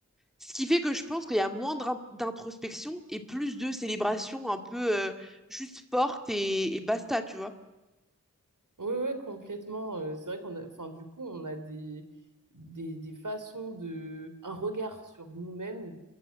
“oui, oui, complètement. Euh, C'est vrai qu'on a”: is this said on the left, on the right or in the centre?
Right